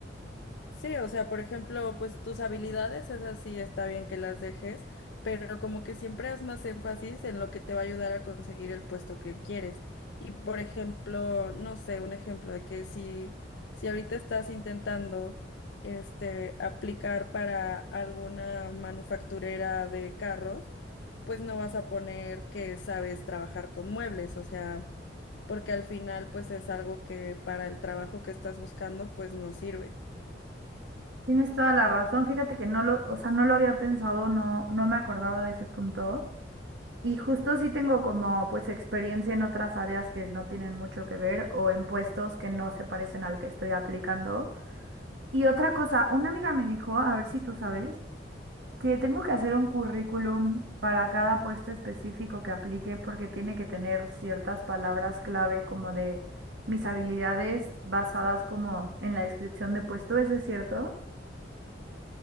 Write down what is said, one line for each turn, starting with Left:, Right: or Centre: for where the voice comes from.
Left: Sí, o sea, por ejemplo, pues tus habilidades, esas sí está bien que las dejes, pero como que siempre haz más énfasis en lo que te va a ayudar a conseguir el puesto que quieres. Y por ejemplo, no sé, un ejemplo de que si, si ahorita estás intentando este aplicar para alguna manufacturera de carros, pues no vas a poner que sabes trabajar con muebles, o sea, porque al final pues es algo que para el trabajo que estás buscando pues no sirve.
Right: Tienes toda la razón, fíjate que no lo, o sea, no lo había pensado, no, no me acordaba de ese punto. Y justo sí tengo como pues experiencia en otras áreas que no tienen mucho que ver o en puestos que no se parecen al que estoy aplicando. Y otra cosa, una amiga me dijo, a ver si tú sabes, que tengo que hacer un currículum para cada puesto específico que aplique porque tiene que tener ciertas palabras clave como de mis habilidades basadas como en la descripción de puesto. ¿Eso es cierto?